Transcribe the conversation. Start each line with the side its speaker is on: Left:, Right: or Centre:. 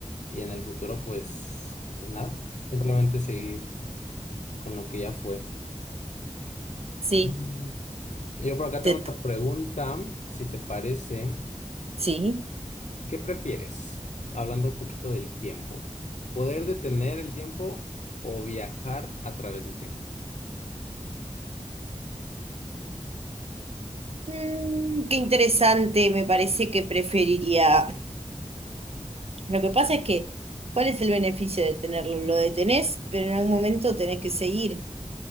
Left: y en el futuro pues, pues nada, simplemente seguir con lo que ya fue.
Right: Sí,
Left: Mm. Yo por acá
Right: te-
Left: tengo otra pregunta, si te parece,
Right: sí.
Left: ¿qué prefieres? Hablando un poquito del tiempo, ¿poder detener el tiempo o viajar a través del tiempo?
Right: Mm, qué interesante, me parece que preferiría. Lo que pasa es que, ¿cuál es el beneficio de tenerlo? Lo detenés, pero en algún momento tenés que seguir.